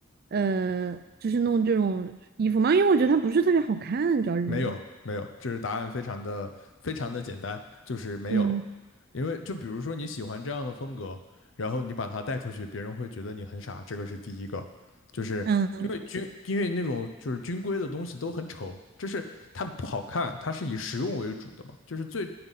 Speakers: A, on the right; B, on the left.
A: 呃，就是弄这种衣服吗？因为我觉得它不是特别好看，主要是
B: 没有没有，这是答案非常的非常的简单，就是没有。
A: 嗯
B: 因为就比如说你喜欢这样的风格，然后你把它带出去，别人会觉得你很傻，这个是第一个。就是因为军，
A: 嗯，
B: 因为那种就是军规的东西都很丑，就是它不好看，它是以实用为主的嘛。就是最，